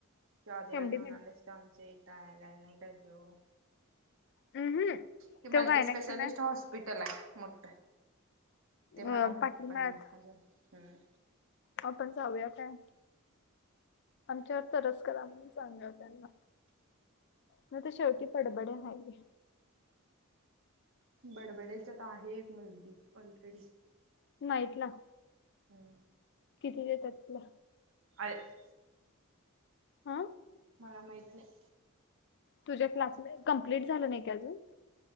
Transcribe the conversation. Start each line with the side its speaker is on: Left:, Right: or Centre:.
Right: तु आदिराज
Left: एमडी मेड.
Right: म्हणालीस. आमच्या इथे गायन्याक आहे तो.
Left: उम्म हम्म
Right: ते
Left: तो
Right: मल्टीस्पेशालिस्ट
Left: गायनाक पण आहे
Right: हॉस्पिटल आहे मोठ.
Left: अ
Right: ते मला माहित
Left: पाटील
Right: पण
Left: मॅथ
Right: नाही अजून. हम्म
Left: आपण जाऊया काय. आमच्यावर तरस करा म सांग त्यांना. नाही तर शेवटी बडबडे आहे.
Right: बडबड्याच्यात आहे एक मुलगी ऑलरेडी.
Left: नाईटला.
Right: हम्म
Left: किती देतात तिला?
Right: <unintelligible>
Left: हा
Right: मला माहीत नाही.
Left: तुझ्या क्लासला कंप्लीट झाल नाही का अजून.